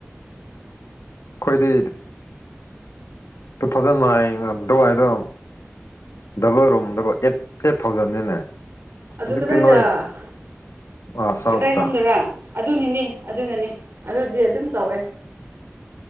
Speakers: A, on the left; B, on the right.
A: ꯑꯩꯈꯣꯏꯗꯤꯠ ꯇꯨ ꯊꯥꯎꯖꯟ ꯅꯥꯏꯡ ꯑꯗꯨꯋꯥꯏꯗꯣ ꯗꯕꯜ ꯔꯨꯝꯗꯀꯣ ꯑꯩꯠ ꯑꯩꯠ ꯊꯥꯎꯖꯟꯅꯤꯅꯦ
B: ꯑꯗꯨ
A: ꯍꯧꯖꯤꯛꯇꯤ
B: ꯀꯗꯥꯏꯗ
A: ꯅꯣꯏ ꯑꯥ ꯁꯥꯎꯠꯇ
B: ꯀꯗꯥꯏꯔꯣꯝꯗꯔꯥ ꯑꯗꯨꯅꯤꯅꯤ ꯑꯗꯨꯅꯅꯤ ꯑꯗꯨꯗꯤ ꯑꯗꯨꯝ ꯇꯧꯋꯦ